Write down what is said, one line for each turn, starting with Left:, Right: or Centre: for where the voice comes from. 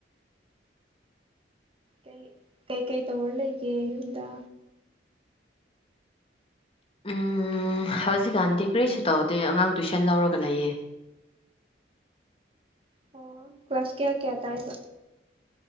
Right: ꯀꯩ ꯀꯩꯀꯩ ꯇꯧꯔ ꯂꯩꯒꯦ ꯌꯨꯝꯗ
Left: ꯎꯝ ꯍꯧꯖꯤꯛꯀꯥꯟꯗꯤ ꯀꯔꯤꯁꯨ ꯇꯧꯗꯦ ꯑꯉꯥꯡ ꯇꯨꯏꯁꯟ ꯂꯧꯔꯒ ꯂꯩꯌꯦ <inaudible>
Right: ꯑꯣ ꯀ꯭ꯂꯋꯥꯥꯁ ꯀꯌꯥ ꯀꯌꯥ ꯇꯥꯏꯕ